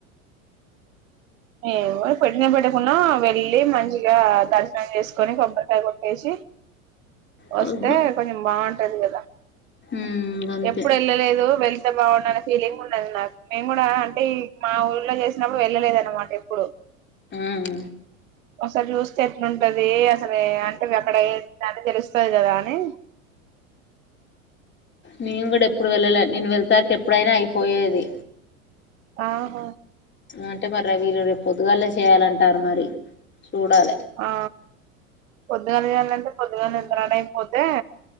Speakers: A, on the right (about 65°); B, on the left (about 25°).
A: ఏమో పెట్టిన పెట్టకున్నా వెళ్ళి మంచిగా దర్శనం చేసుకొని కొబ్బరికాయ కొట్టేసి
B: చూద్దాం
A: వస్తే కొంచెం బాగుంటది గదా
B: ఉమ్ గంతే
A: ఎప్పుడు యెళ్ళలేదు వెళ్తే బాగుండాలి ఫీలింగ్ ఉండది నాకు మేము కూడా అంటే ఈ మా ఊళ్లో చేసినప్పుడు వెళ్ళలేదు అన్నమాట ఎప్పుడు
B: ఉమ్
A: అసలు జూస్తే ఎట్లుంటది అసలు అంటే అక్కడ నాకు తెలుస్తది గదా అని
B: నేను గూడా ఎప్పుడు వెళ్ళలే నేను వెళ్తాకి ఎప్పుడైనా అయిపోయేది
A: ఆహా
B: అంటే మరి వీళ్ళు రే పొద్దుగాలే చేయాలంటారు మరి చూడాలి
A: ఆ పొద్దుగానే జేయాలంటే పొద్దుగానే పని అయిపోతే